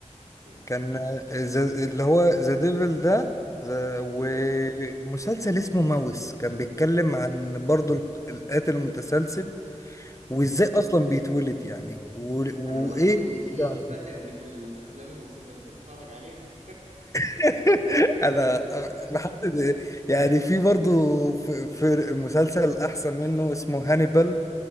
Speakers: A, on the right; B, on the left.
A: مم.
B: كان آه، ذا- اللي هو ذا ديفل ده ذا- ومسلسل
A: مم.
B: اسمه ماوس كان بيتكلم عن برضه الق- القاتل المتسلسل
A: مم.
B: وازاي اصلا بيتولد يعني و- وايه
A: انا ملاحظ ان في
B: يعني
A: باترن في الافلام والمسلسلات اللي اتفرج عليها
B: <laughs> انا
A: <laughs>
B: آه، بحدد يعني في برضه في في مسلسل احسن منه اسمه هانيبال